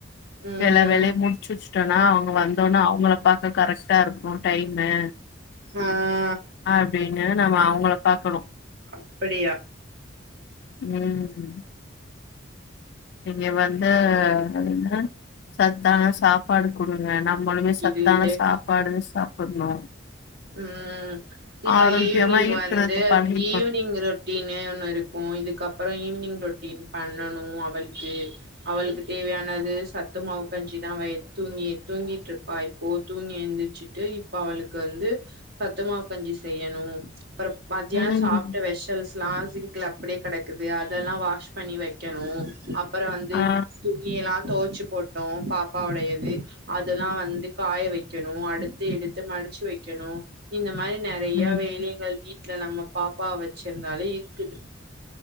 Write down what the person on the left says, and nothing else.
இப்ப எல்லா வேலயூ முடிச்சுச்சு ட்டோம்னா அவங்க வந்தவுட்னே அவங்கள பாக்க கரெக்ட்டா இருக்கூ டைமு
அப்டின்னு நம்ப அவங்கள பாக்கணோ
ம் ஹூம் நீங்க வந்து அது என்ன சத்தான சாப் பாடு குடுங்க நம்மளுமே சத்தான
சாப்பாடு சாப்பிட்ணோ
ஆரோக்கியமா
இருக்கறதுக்கு
பழகிக்கணு
ம்
ஆ
ம்